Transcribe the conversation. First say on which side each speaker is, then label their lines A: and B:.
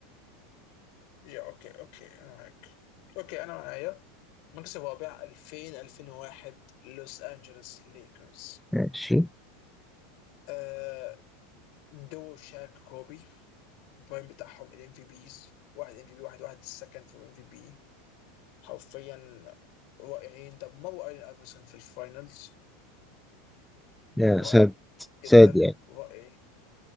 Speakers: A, on the left (about 45°); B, in the centre.
A: يا اوكي اوكي انا معاك اوكي انا معايا المركز الرابع 2000 2001 لوس انجلوس ليكرز
B: ماشي
A: آه دو شاك كوبي البرايم بتاعهم الام في بيز واحد ام في بي واحد واحد السكند في ام في بي حرفيا رائعين دمروا ايرين افرسون في الفاينلز
B: يا
A: رائع
B: ساد ساد
A: جدا
B: يعني
A: رائع